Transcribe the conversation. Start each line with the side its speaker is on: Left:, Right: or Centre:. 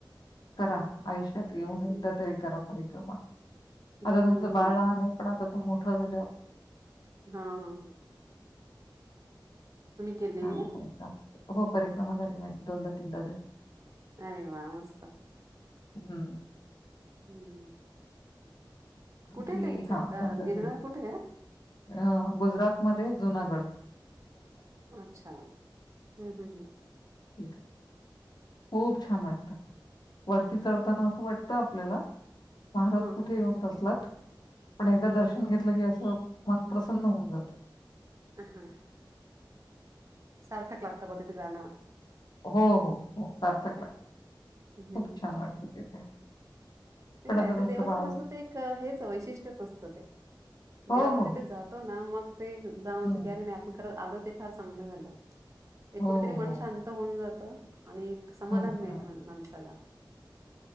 Left: करा आयुष्यात येऊन
Right: हम्म
Left: एकदा तरी करा परिक्रमा आता
Right: हम्म
Left: तुमचं
Right: हम्म
Left: बाळ लहान आहे पण आता तू मोठं झालं
Right: हा हा हा केलेली
Left: छान आहे पर्रमा हो परिक्रमा झाली माझी दोनदा तीनदा झाली
Right: अरे वा मस्त
Left: हम्म
Right: हम्म कुठे
Left: जी
Right: आहे ते एक्झॅक्ट
Left: हा दोनदा
Right: गिरणार
Left: तीन
Right: कुठे आहे?
Left: अ गुजरातमध्ये जुनागड
Right: अच्छा हम्म हम्म हम्म
Left: क खूप छान वाटतं वरती चढताना असं वाटतं आपल्याला महाराज
Right: हम्म
Left: कुठे येऊन बसलात पण एकदा
Right: हा
Left: दर्शन घेतलं की असं मन प्रसन्न होऊन जात
Right: ह हम सारथक लागत प तिथ जा
Left: हो हो हो सार्थक लागत
Right: हम्म
Left: खूप
Right: हम्म.
Left: छान वाटत तिथे
Right: ते
Left: पण आता
Right: ते
Left: तुमचं
Right: देवस्थानांचं
Left: बाळच
Right: ते एक हेच वैशिष्ट्यच असतं ते
Left: हो,
Right: जेव्हा आपण
Left: हो.
Right: तिथे जातो ना मग ते जाणवतो
Left: हं.
Right: कर नाही आपण खरं आलो ते फार चांगलं झालं ते
Left: हो,
Right: कुठेतरी मन
Left: हो.
Right: शांत होऊन जात आणि एक समाधान
Left: हं,
Right: मिळत
Left: हं.
Right: माणसाला